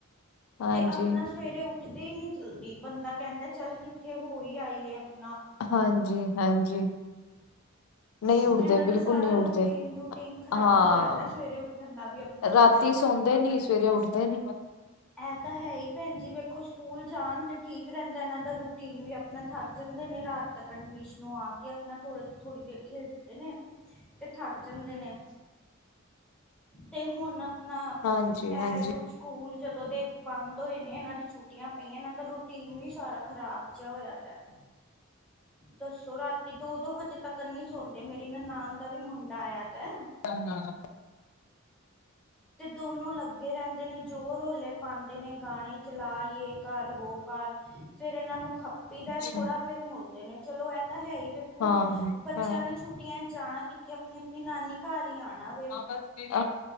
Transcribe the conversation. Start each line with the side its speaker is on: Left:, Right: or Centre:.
Left: ਹਾਂਜੀ
Centre: ਤੇ ਆਪਣਾ ਸਵੇਰੇ ਉੱਠਦੇ ਈ ਨੀ ਜਲਦੀ ਬੰਦਾ ਕਹਿੰਦਾ ਚੱਲ ਕਿੱਥੇ ਹੋਈ ਆਈਏ ਆਪਣਾ।
Left: ਹਾਂਜੀ ਹਾਂਜੀ।
Centre: <inaudible>
Left: ਨਹੀਂ ਉੱਡਦੇ
Centre: ਏਨਾਂ
Left: ਬਿਲਕੁਲ
Centre: ਦਾ ਸਾਰਾ
Left: ਨਹੀਂ ਉੱਡਦੇ
Centre: ਰੂਟੀਨ- ਰੂਟੀਨ ਖ਼ਰਾਬ
Left: ਹਾਂ
Centre: ਹੋਇਆ ਦਾ ਸਵੇਰੇ ਉੱਠਣ ਦਾ ਵੀ ਅਪ
Left: ਰਾਤੀ ਸੌਦੇ ਨੀ, ਸਵੇਰੇ ਉੱਠਦੇ ਨੀ।
Centre: ਐ ਤਾਂ ਹੈ ਹੀ ਭੈਣ ਜੀ ਵੇਖੋ ਸ ਸਕੂਲ ਜਾਣ ਤੇ ਠੀਕ ਰਹਿੰਦਾ ਇਹਨਾਂ ਦਾ ਰੂਟੀਨ ਵੀ ਆਪਣਾ ਥੱਕ ਜਾਂਦੇ ਨੇ ਰਾਤ। ਤਕਨ ਟਵੀਸ਼ਨੋ ਆ ਕੇ, ਅਪਨਾ ਥੋੜਾ, ਥੋੜੀ ਦੇਰ ਖੇਡਦੇ ਨੇ, ਤੇ ਥਾੱਕ ਜਾਂਦੇ ਨੇ, ਤੇ ਹੁਨ ਨਾ
Left: ਹਾਂਜੀ ਹਾਂਜੀ
Centre: ਐ ਰੂ ਸੂਕੂਲ ਜਦੋਂ ਦੇ ਬਾੰਦ ਹੋਏ ਨੇ, ਏਨਾਂ ਦੀ ਛੁੱ ਛੁੱਟੀਆਂ ਪਈਆਂ ਇਨਾਂ ਦਾ ਰੂਟੀਨ ਵੀ ਸਾਰਾ ਖ਼ਰਾਬ ਜਾ ਹੋਏਆ ਦੈ। ਦੱਸੋ ਰਾਤੀ ਦੋ-ਦੋ ਵਜੇ ਤੱਕ ਨੀ ਸੌਂਦੇ ਮੇਰੀ ਨਨਾਨ ਦਾ ਵੀ ਮੁੰਡਾ ਆਏਆ ਦੈ।
Left: <inaudible>
Centre: ਤੇ ਦੋਨੋ ਲੱਗੇ ਰੈਂਦੇ ਨੇ ਜੋ ਰੋਲੇ ਪਾਂਦੇ ਨੇ, ਗਾਣੇ ਚਲਾ, ਯੇ ਕਾਰ ਵੋ ਕਾਰ। ਫੇਰ ਏਨਾਂ ਨੂੰ ਖੱਪੀ ਦਾ
Left: ਅੱਛਾ
Centre: ਥੋੜਾ, ਫੇਰ ਮੁੜਦੇ ਨੇ, ਚਲੋ ਐ ਤਾਂ ਹੈਈ ਬ ਖੁ
Left: ਹਾਂ
Centre: ਹੁਨ, ਬੱਚੇਆਂ
Left: ਹਾਂ।
Centre: ਨੇ ਛੁੱਟੀਆਂ ਚ ਜਾਣਾ ਕਿੱਥੇ, ਅਪਣੀ-ੳਪਣੀ ਨਾਨੀ ਘਾਰ ਈ ਆਣਾ ਵੇ।
Left: <unintelligible>